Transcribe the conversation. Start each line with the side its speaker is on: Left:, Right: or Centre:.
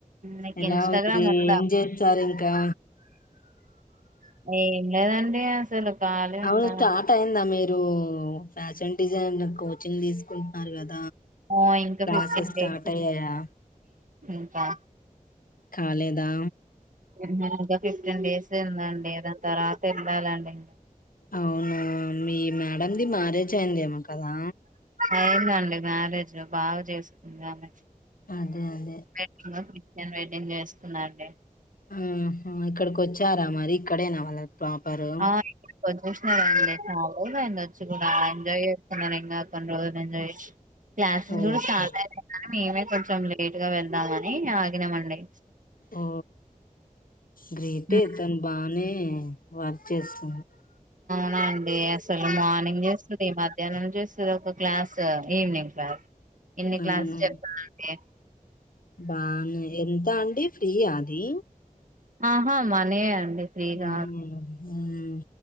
Right: మీకు
Left: ఎలా
Right: ఇన్స్టాగ్రామ్
Left: అడి
Right: ఉందా
Left: ఏం జతారు ఇంకా
Right: ఏం లేదండి అసలు ఖాళీ
Left: అవునుష్ట
Right: ఉన్నాం
Left: ఆ ట అయిందా మీరు మీరు ఫ్యాషన్ డిజైన్ కోచింగ్ తీసుకుంటున్నారు కదా
Right: ఓ ఇంకా
Left: క్లాసెస్
Right: ఫిఫ్టీన్
Left: స్టార్ట్
Right: డేస్
Left: అయ్యాయా
Right: ఇకా
Left: కాలేదా
Right: ఇంకా ఫిఫ్టీన్ డేస్ ఉందండి దాని తర్వాత వెళ్ళాలండి ఇంకా
Left: అవునా మీ మేడంది మ్యారేజ్ అయింద ఏమో కదా
Right: అవునండి మ్యారేజ్ లో బాగా చేసుకుంది ఆమె
Left: అదే అదే
Right: <unintelligible> నేను చేస్తున్నా అండి
Left: ఆహా ఇక్కడికి వచ్చారా మరి ఇక్కడేనా వాళ్ళ ప్రాపరు
Right: ఆ చూసినదండి ఆ <unintelligible> చాలా రోజులైంది వచ్చి కూడా ఎంజాయ్ చే <unintelligible> కొన్ని రోజులు ఎంజాయ్ చేసి క్లాసెస్
Left: ఓకే
Right: కూడా సాధా మేమ కొంచెం లేట్ గా వెళ్దామని ఆగినమండి
Left: ఓ గ్రేటే
Right: హ్మ్.
Left: దాని బానే వర్క్ చేస్తాను
Right: ఆ అండి అసలు మార్నింగ్ చేస్తుంది మధ్యాహ్నం చే ఒక క్లాస్ ఈవినింగ్ క్లాస్ ఎన్ని
Left: అవునా
Right: క్లాసులు చెప్తానండి
Left: బానే ఎంత అండి ఫ్రీ ఆ అది
Right: ఆహా మనే అండి ఫ్రీ
Left: బోరినెయ్యి
Right: కాదు
Left: ఉమ్